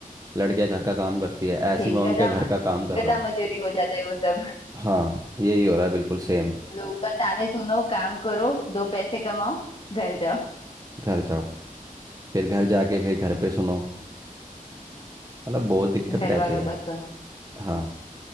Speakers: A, on the right (about 25°); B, on the left (about 40°).
A: लड़कियां घर का काम करती है ऐसे
B: ठीक
A: ही मैं उनके
B: गधा
A: घर का काम कर
B: गधा
A: रहा हूँ
B: मजूरी हो जाता है वो सब
A: हाँ यही हो रहा है बिल्कुल सेम
B: लोग का ताने सुनो काम करो दो पैसे कमाओ घर जाओ
A: घर जाओ फिर घर जाके फिर घर पे सुनो मतलब बहुत दिक्कत
B: घर
A: रहती
B: वालों
A: है
B: का सुनो
A: हाँ